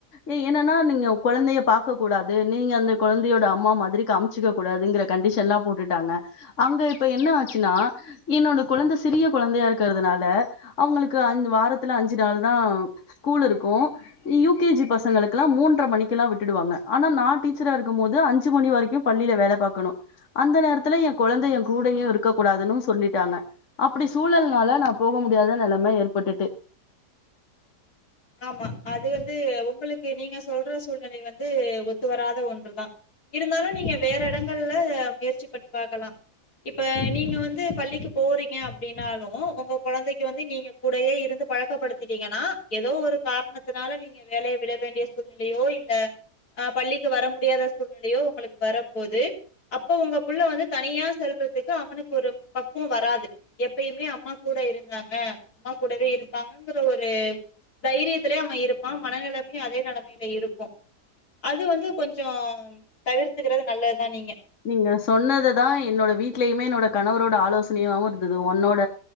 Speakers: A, on the left; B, on the left.
A: ஏ ஏனன்னா நீங்க கொழந்தைய பாக்க கூடாது நீங்க அந்த கொழந்தையோட அம்மா மாதிரி காமிக் ச்சுக்க கூடாதுங்கற கண்டிஷன்ல்லா போட்டுட்டாங்க அங்க இப்ப என்ன ஆச்சுன்னா என்னோட கொழந்தை சிறிய கொழந்தையா இருக்கறதுனால அவுங்களுக்கு அஞ் வாரத்துல அஞ்சி நாள் தா ஸ்கூல் இருக்கு யூ கே ஜி பசங்களுக்குல்லா மூன்ற மணிக்கெல்லா விட்டுடுவாங்க ஆனா நா டீச்சரா இருக்கு போது அஞ்சு மணி வரைக்கு பள்ளில வேல பாக்கணு அந்த நேரத்துல என் கொழந்தங்க எ கூடையு இருக்க கூடாதுன்னு சொல்லிட்டாங்க அப்பிடி சூழல்னால நா போக முடியாத நெலம ஏற்பட்டுட்டு
B: ஆமா அது வந்து உங்களுக்கு நீங்க சொல்ற சூழ்நிலை வந்து ஒத்து வராத ஒன்று தா இருந்தாலு நீங்க வேற எடங்கள்ல முயற்சி பண்ணி பாக்கலா இப்ப நீங்க வந்து பள்ளிக்கு போறீங்க அப்டின்னாலூ ஒங்க கொழந்தைக்கு வந்து நீங்க கூடயே இருந்து பழக்கப்படுத்திட்டீங்கனா எதோ ஒரு காரணத்னால நீங்க வேலய விட வேண்டிய சூழ்நிலையோ இல்ல ஆ பள்ளிக்கு வர முடியாத சூழ்நிலையோ உங்களுக்கு வரம் போது அப்போ உங்க புள்ள வந்து தனியா செல்றதுக்கு அவனுக்கு ஒரு பக்குவொ வராது எப்பயுமே அம்மா கூட இருந்தாங்க அம்மா கூடவே இருப்பாங்கங்கிற ஒரு தைரியத்திலே அவ இருப்பா மனநெலமையு அதே நெலமைல இருக்கு அது வந்து கொஞ்சொ தவிர்த்துக்கிறது நல்லதுதா நீங்க
A: நீங்க சொன்னதுதா என்னோட வீட்லயுமே என்னோட கணவரோட ஆலோசனையாவு இருந்தது ஒன்னோட